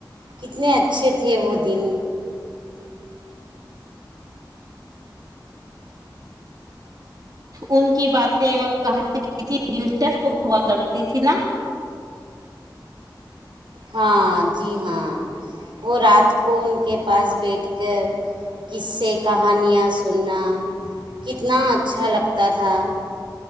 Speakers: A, on the right; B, on the right.
A: کتنے اچھے تھے وہ دن
B: ان کی باتیں اور کہانیا کتنی دلچسپ ہوا کرتی تھی نا
A: ہاں جی ہاں وہ رات کو ان کے پاس بیٹھ کر کس سے کہانیاں سننا کتنا اچھا لگتا تھا